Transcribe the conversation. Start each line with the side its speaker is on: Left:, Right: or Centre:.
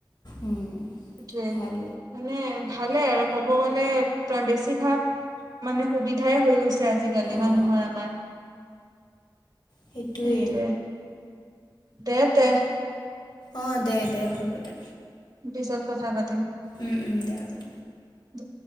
Left: উম,
Right: সটোৱেই
Left: ভাল
Right: মানে ভালে আৰু ক'ব গ'লে বেছিভাগ মানে সুবিধাই হৈ গৈছে আজিকালি
Left: অঁ
Right: মানুহৰ আমাৰ
Left: সেইটোৱে
Right: সেইটোয়ে দে তেমম্প
Left: অঁ দে দে হ'ব দে
Right: পিছত কথা পাতিম
Left: উম উম দে হব
Right: দ